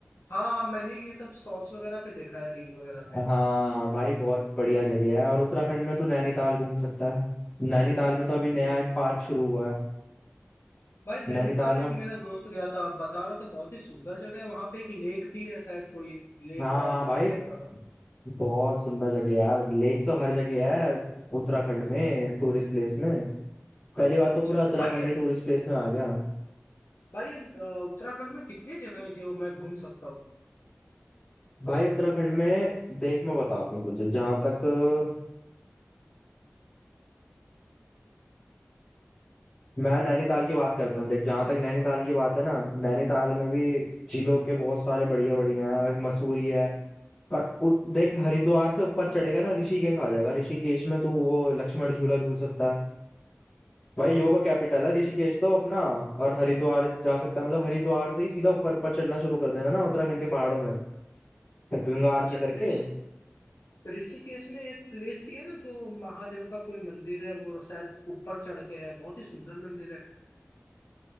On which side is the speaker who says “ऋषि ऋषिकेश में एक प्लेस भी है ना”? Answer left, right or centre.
Left